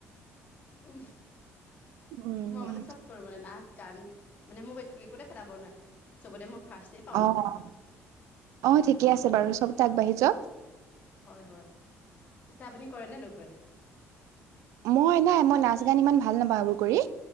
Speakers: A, on the left (about 30°); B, on the right (about 75°).
A: উ উ
B: উম,
A: ম মানে চ। কৰো মানে নাচ গান মানে মোক একো একোতে পেলাব নোৱাৰে চবতে মই ফাৰ্ষ্ট পাওঁ।
B: অ', অ ঠিকে আছে বাৰু চবতে আগবাঢ়ি য।
A: হয় হয় পিছে আপুনি কৰে নে নকৰে।
B: মই নাই মই নাচ গান ইমান ভাল নাপাএবোৰ কৰি।